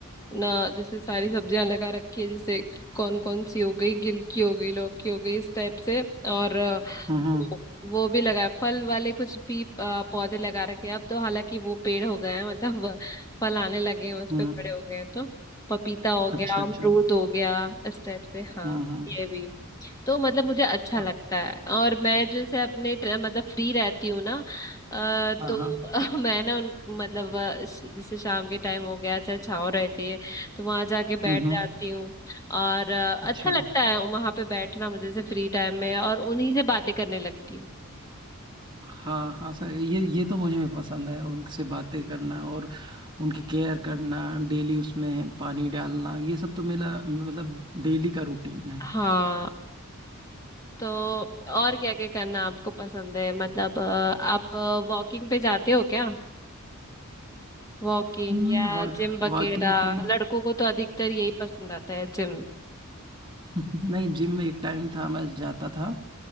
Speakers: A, on the left; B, on the right.
A: ना जैसे सारी सब्जियां लगा रखी है जैसे कौन कौन सी हो गई गिलकी हो गई लौकी हो गई इस टाइप से और अ,
B: हम्म
A: वो,
B: हम्म
A: वो भी लगा फल वाले कुछ भी अ, पौधे लगा रखे हैं अब तो हालांकि वो पेड़ हो गए हैं मतलब अ, फल आने लगे हैं उस
B: हम्म,
A: पे बड़े हो गए हैं तो पपीता हो गया
B: अच्छा अच्छा
A: अमरूद हो गया इस टाइप से हाँ
B: हम्म हम्म
A: ये भी तो मतलब मुझे अच्छा
B: अ-
A: लगता है और मैं जैसे अपने ट- मतलब फ्री रहती हूँ ना अ,
B: हाँ
A: तो
B: हाँ
A: <laughs> मैं ना उन मतलब अ, श- जैसे शाम के टाइम हो गया चाहे छाँव रहती है तो वहां जाके
B: हम्म
A: बैठ
B: हम्म,
A: जाती हूँ और अ,
B: अच्छा
A: अच्छा लगता है वहां पे बैठना मुझे जैसे फ्री टाइम में और उन्हीं से बातें करने लगती हूँ
B: हाँ हाँ सर ये ये तो मुझे भी पसंद है उनसे बातें करना और उनकी केयर करना डेली उसमें पानी डालना ये सब तो मेरा मतलब डेली का रूटीन है
A: हाँ तो और क्या क्या करना आपको पसंद है मतलब अ, आप वॉकिंग पे जाते हो क्या वॉकिंग
B: हम
A: या
B: वा,
A: जिम वगैरह
B: वॉकिंग पे
A: लड़कों को तो अधिकतर यही पसंद आता है जिम
B: <laughs> नहीं जिम में एक टाइम था मैं जाता था